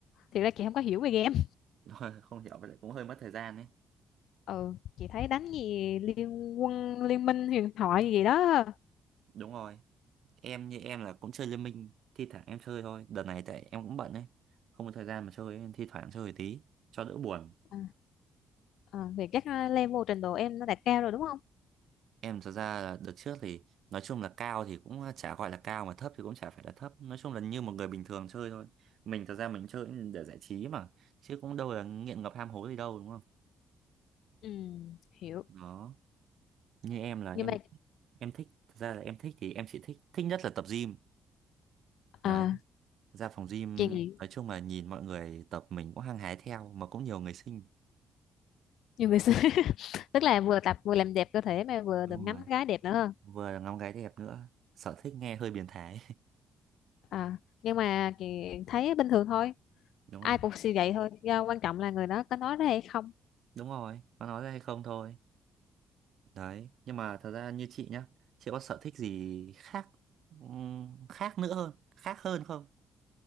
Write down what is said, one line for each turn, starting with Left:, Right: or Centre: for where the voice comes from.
Left: thiệt ra chị không có hiểu về game
Right: <laughs> Đúng rồi, không hiểu vậy cũng hơi mất thời gian đấy
Left: ừ chị thấy đánh gì liên quân liên minh huyền thoại gì đó
Right: đúng rồi em như em là cũng chơi Liên Minh thi thoảng em chơi thôi đợt này tại em cũng bận đấy không có thời gian mà chơi nên thi thoảng chơi tí cho đỡ buồn
Left: à, à, thì chắc level trình độ em nó đạt cao rồi đúng không
Right: em thật ra là đợt trước thì nói chung là cao thì cũng ờ, chả gọi là cao mà thấp thì cũng chả phải là thấp nói chung là như một người bình thường chơi thôi mình thật ra mình chơi để giải trí mà chứ cũng đâu là nghiện ngập ham hố gì đâu đúng không
Left: ừ hiểu
Right: đó như em là em
Left: nhưng mà
Right: em thích thật ra là em thích thì em chỉ thích thích nhất là tập gym đấy
Left: à,
Right: ra phòng gym
Left: chị nghĩ
Right: nói chung là nhìn mọi người tập mình cũng hăng hái theo mà cũng nhiều người xinh
Left: nhiều người xưa <laughs> tức là vừa tập vừa làm đẹp cơ thể mà vừa
Right: đúng
Left: được ngắm
Right: rồi
Left: gái đẹp nữa hơn.
Right: vừa là ngắm gái đẹp nữa sở thích nghe hơi biến thái
Left: à nhưng mà chị thấy bình thường thôi
Right: <laughs> đúng
Left: ai
Right: rồi
Left: cũng suy vậy thôi do quan trọng là người đó có nói ra hay không
Right: đúng rồi có nói ra hay không thôi đấy nhưng mà thật ra như chị nhá chị có sở thích gì khác ừm, khác nữa hơn khác hơn không